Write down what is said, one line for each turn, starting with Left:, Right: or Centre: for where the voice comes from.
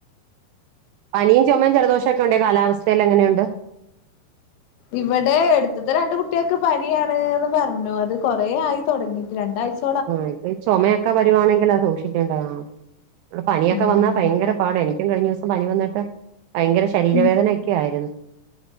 Right: പനിയും ചൊമയും ജലദോഷവൊക്കെ ഒണ്ടെ ഈ കാലാവസ്ഥയിൽ എങ്ങനെയൊണ്ട്
Left: ഇവിടെ എടുത്തത്തെ രണ്ട് കുട്ടിയേക്ക് പനിയാണ്ന്ന് പറഞ്ഞു അത് കൊറെ ആയി തൊടങ്ങീട്ട് രണ്ടാഴ്ച്ച
Right: ആഹ് ഇപ്പ ഈ ചൊമയൊക്കെ വരുവാണെങ്കിലാ സൂക്ഷി ക്കണ്ടെ ആഹ് ഇവടെ പനിയൊക്കെ
Left: ആഹ്
Right: വന്നാ ഭയങ്കര പാടാ എനിക്കും കഴിഞ്ഞ ദിവസം പനി വന്നിട്ട് ഭയങ്കര ശരീരവേദനയെക്കെ
Left: ഉം
Right: ആയിരുന്നു